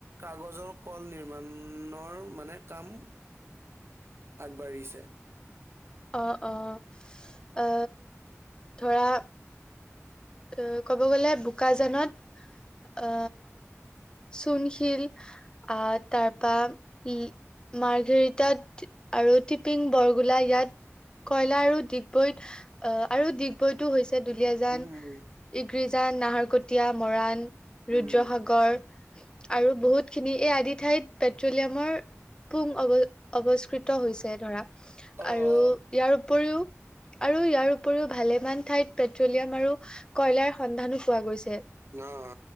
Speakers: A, on the right (about 55°); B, on the left (about 15°).
A: কাগজৰ কল নিমাৰ্ণৰ মানে কাম <inaudible> আগবাঢ়িছে
B: অ অ ধৰা অ ক'ব গ'লে বোকাজানত আ চুণশিল আহ তাৰপা ই মাৰ্ঘৰিটাত আৰু টিপিং বৰগোলা ইয়াত কয়লা আৰু ডিগবৈত অ আৰু ডিগবৈতো হৈছে দুলিয়াজান
A: উম,
B: ইগ্ৰীজান নাহৰকটীয়া মৰাণ
A: উম।
B: ৰুদ্ৰসাগৰ আৰু বহুতখিনি এই আদি ঠাইত পেট্ৰলিয়ামৰ পুং অৱ অৱস্কৃত হৈছে ধৰা
A: অ',
B: আৰু
A: অ',
B: ইয়াৰ উপৰিও আৰু ইয়াৰ উপৰিও ভালেমান ঠাইত পেট্ৰলিয়াম আৰু কয়লাৰ সন্ধানো পোৱা গৈছিল
A: অ অ